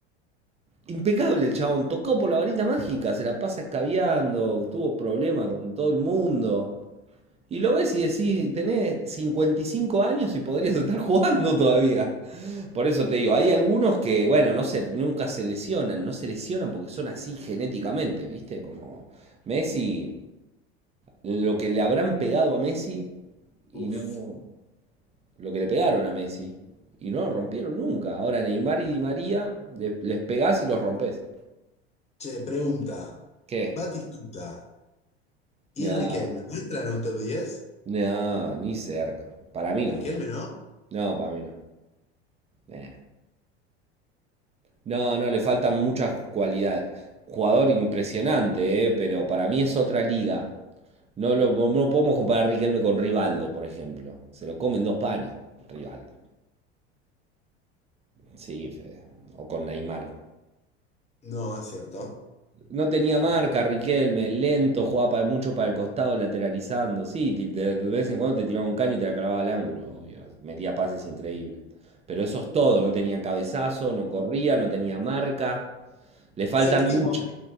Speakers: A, on the right (about 20°); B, on the left (about 20°).
A: Impecable el chabón, tocado por la varita mágica, se la pasa escabeando, tuvo problemas con todo el mundo. Y lo ves y decís, tenés 55 años y podrías estar <laughs> jugando todavía. Por eso te digo, hay algunos que, bueno, no se, nunca se lesionan, no se lesionan porque son así genéticamente, ¿viste? Como Messi, lo que le habrán pegado a Messi y
B: Uf.
A: no, lo que le pegaron a Messi. Y no lo rompieron nunca. Ahora Neymar y Di María le- les pegás y los rompes.
B: Che, pregunta.
A: ¿Qué?
B: Batistuta y
A: No,
B: Riquelme. ¿No entran en un top diez
A: no, ni cerca. Para mí no.
B: ¿Riquelme no?
A: No, para mí no. Eh. No, no, le faltan muchas cualidades. Jugador impresionante, eh, pero para mí es otra liga. No lo no no podemos comparar a Riquelme con Rivaldo, por ejemplo. Se lo comen dos panes, Rivaldo. Sí, Fede. O con Neymar.
B: No, es cierto.
A: No tenía marca, Riquelme, lento, jugaba pa- mucho para el costado, lateralizando. Sí, ti- de de vez en cuando te tiraba un caño y te la clavaba al ángulo, obvio. Metía pases increíbles. Pero eso es todo, no tenía cabezazo, no corría, no tenía marca. Le faltan
B: Séptimo,
A: muchas